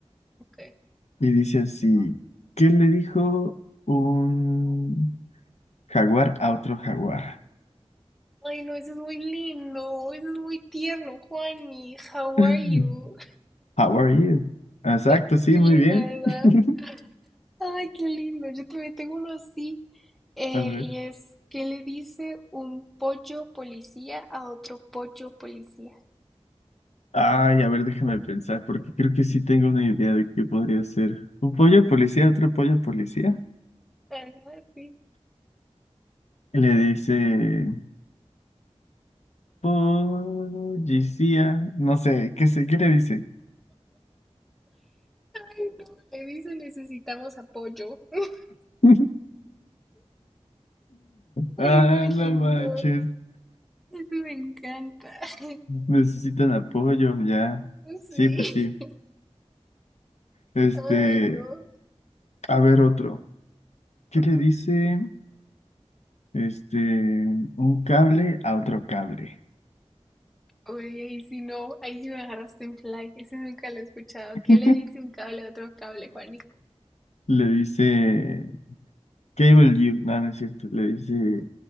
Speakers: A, in the centre; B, on the left.
A: Ok.
B: Y dice así, ¿qué le dijo un jaguar a otro jaguar?
A: Ay, no, eso es muy lindo, eso es muy tierno, Juani. How
B: <laughs>
A: are you?
B: How are you? Exacto,
A: <laughs>
B: sí,
A: Qué
B: muy
A: linda,
B: bien.
A: ¿verdad?
B: <laughs>
A: Ay, qué lindo. Yo también tengo uno así. eh,
B: A ver.
A: y es, ¿qué le dice un pollo policía a otro pollo policía?
B: Ay, a ver, déjame pensar, porque creo que sí tengo una idea de qué podría ser. Un pollo policía, otro pollo policía.
A: Ajá, sí.
B: Le dice, policía, no sé, ¿qué sé, qué le dice?
A: Ay, no, le dice necesitamos apoyo. <laughs>
B: <laughs> Ah,
A: Ay, es muy
B: no
A: lindo.
B: manches.
A: Eso me encanta. <laughs>
B: Necesitan apoyo, ya.
A: Sí.
B: Sí, pues sí. Este,
A: Ay, no.
B: a ver otro. ¿Qué
A: Ujú.
B: le dice? Este, un cable a otro cable.
A: Uy, ahí sí no, ahí sí me agarraste en fly, ese nunca lo he escuchado.
B: <laughs>
A: ¿Qué le dice un cable a otro cable, Juani?
B: Le dice Cable You, no, no es cierto, le dice,